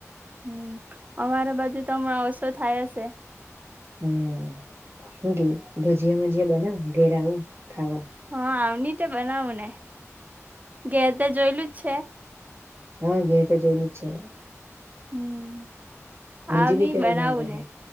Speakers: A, on the right; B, on the right.
A: હમ્મ અમારા બાજુ તો હમણાં ઓછો થાય હશે,
B: હમમ કે ભજીયા મજીયા બનાવ ઘેરા આવું ખાવા
A: હા, આવની તો બનાવુંને ઘે તે જોયેલું જ છે.
B: હા, ઘે તો જોયેલું જ છે.
A: હમ
B: બીજું
A: આવની
B: બી કઈ
A: બનાવું
B: બનાવ પડે.
A: ને